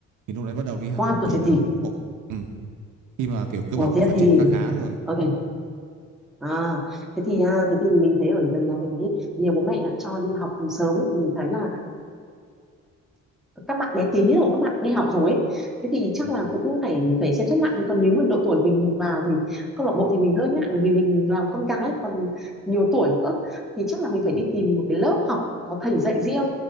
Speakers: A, on the right (about 80°); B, in the centre.
A: thì lúc đấy bắt đầu đi học
B: qua tuổi
A: thì
B: dậy
A: là
B: thì.
A: ừ, khi mà kiểu cơ
B: Ủa
A: bắp nó
B: thế
A: phát
B: thì
A: triển khá khá rồi
B: Ok. À, thế thì à, thế thì mình thấy ở gần nhà mình ý, nhiều bố mẹ đã cho đi học từ sớm ấy, mình thấy là các bạn bé tí rồi các bạn đã đi học rồi ấy thế thì chắc
A: ừ,
B: là cũng phải phải xem xét lại còn nếu mà độ tuổi mình mình vào thì câu lạc bộ thì mình hơi ngại bởi vì mình làm con gái lại còn nhiều tuổi nữa thì chắc là mình phải đi
A: ừ,
B: tìm một cái lớp học có thầy dạy riêng